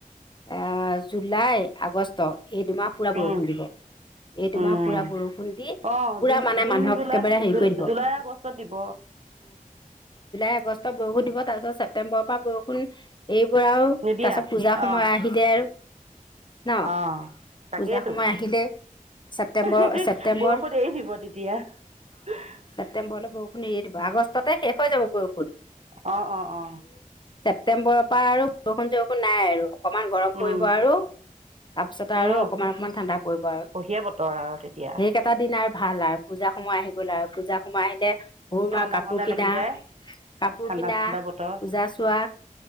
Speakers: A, on the left; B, on the right.
A: এ জুলাই আগষ্ট এই দুমাহ পুৰা বৰষুণ
B: উম
A: দিব এই দুমাহ
B: উম
A: পুৰা বৰষুণ দি
B: অ
A: পুৰা
B: জুন
A: মানে
B: জুন
A: মানুহক
B: জুলাই
A: একেবাৰে হেৰি
B: জু
A: কৰি দিব
B: জুলাই আগষ্টত দিব
A: আগষ্টত বৰষুণ দিব তাৰপিছত ছেপ্তেম্বৰৰ পৰা বৰষুণ । এইবোৰও
B: নিদিয়া
A: তাৰ পিছত পূজাৰ সময়
B: অ
A: আহি দে আৰু ন
B: অ তাকেইতো
A: পূজাৰ সময়
B: উহ
A: আহিলে ছেপ্তেম্বৰ
B: উহ
A: ছেপ্তেম্বৰ
B: বৰষুণ এৰি আহিব তেতিয়া
A: ছেপ্টেম্বৰলৈ বৰষুণ এৰিয়ে দিব আগষ্ট তাতে শেষ হৈ যাব বৰষুণ
B: আহ অ অ
A: ছেপ্টেম্বৰৰ পৰা আৰু বৰষুণ চৰষুণ নাই আৰু অকমান গৰম
B: উম
A: পৰিব আৰু তাৰপিছতে আৰু
B: উম
A: অকমান অকমান ঠাণ্ডা পৰিব আৰু
B: বঢ়িয়া বতৰ আৰু তেতিয়া
A: সেইকেইটা দিন আ ভাল আৰ পূজা সময় আহি গ'ল আৰু পূজা সোমাই দে অ
B: ঠাণ্ডা
A: মা কাপোৰ
B: ঠাণ্ডা
A: কিনা
B: লাগি যায়
A: কাপোৰ
B: ঠাণ্ডা
A: কিনা
B: ঠাণ্ডা বতৰ
A: পূজা চোৱা